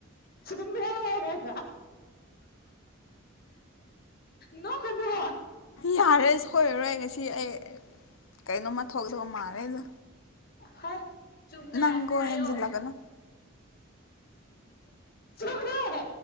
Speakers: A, on the left; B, on the left.
A: ꯆꯨꯝꯃꯦ ꯍꯥꯏꯔꯒ ꯅꯣꯛꯀꯅꯣ
B: ꯌꯥꯔꯦ ꯁꯣꯏꯔꯔꯣꯏ ꯉꯥꯁꯤ ꯁꯤ ꯑꯩ ꯀꯩꯅꯣꯝꯃ ꯊꯣꯛꯇꯕ ꯃꯥꯜꯂꯦꯗ
A: ꯍꯩ ꯆꯨꯝꯃꯦ
B: ꯅꯪꯀꯣ
A: ꯍꯥꯏꯌꯣ
B: ꯍꯦꯟꯖꯤꯜꯂꯛꯀꯅꯣ
A: ꯆꯨꯝꯃꯦ